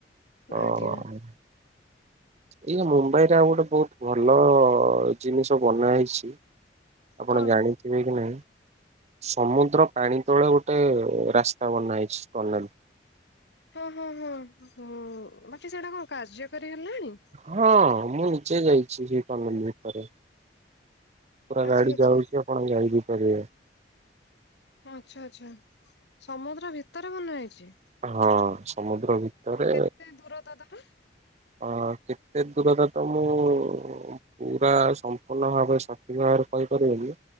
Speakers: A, on the right; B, on the left.
A: ହଁ।
B: ଆଜ୍ଞା
A: ଇଏ ମୁମ୍ବାଇରେ ଆଉ ଗୋଟେ ବହୁତ୍ ଭଲ ଜିନିଷ ବନାହେଇଛି ଆପଣ
B: କଣ
A: ଜାଣି ଥିବେକି ନାଇଁ ସମୁଦ୍ର ପାଣି ତଳେ ଗୋଟେ ରାସ୍ତା ବନା ହେଇଚି ଟନେଲ୍।
B: ହଁ ହଁ ହଁ ହ ବାକି ସେଟା କଣ କାର୍ଯ୍ୟକାରୀ ହେଲାଣି?
A: ହଁ ମୁଁ ନିଜେ ଯାଇଚି ସେଇ କଲଲି ଭିତରେ। ପୁରା
B: ଆଚ୍ଛା
A: ଗାଡ଼ି
B: ଆଚ୍ଛା
A: ଯାଉଚି ଆପଣ ଯାଇବି ପାରିବେ
B: ଆଚ୍ଛା ଆଚ୍ଛା ସମୁଦ୍ର ଭିତରେ ବନା ହେଇଚି?
A: ହଁ, ସମୁଦ୍ର ଭିତରେ
B: କେତେ ଦୂରତା ତାର
A: ଅ କେତେ ଦୂରତା ତ ମୁଁ ପୁରା ସମ୍ପୂର୍ଣ୍ଣ ଭାବେ ସଠିକ ଭାବରେ କହିପାରିବେନି